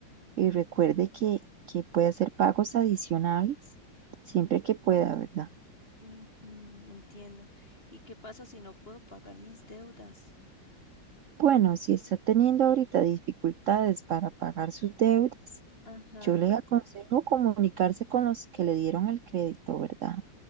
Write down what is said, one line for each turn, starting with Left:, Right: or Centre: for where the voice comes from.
Right: y recuerde que, que puede hacer pagos adicionales siempre que pueda, ¿verdad?
Left: ujú, entiendo. ¿Y qué pasa si no puedo pagar mis deudas?
Right: Bueno, si está teniendo ahorita dificultades para pagar sus deudas,
Left: Ajá,
Right: Yo les aconsejo comunicarse con los que le dieron el crédito, ¿verdad?